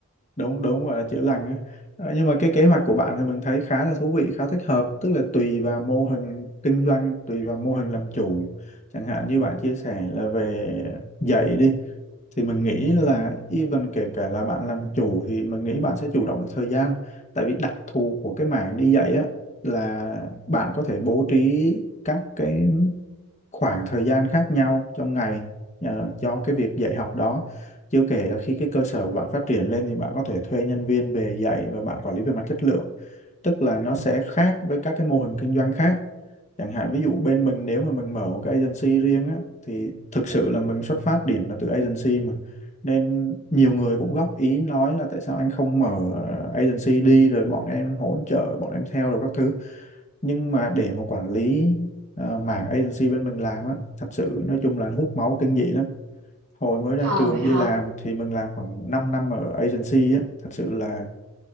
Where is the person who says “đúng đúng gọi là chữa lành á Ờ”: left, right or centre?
Left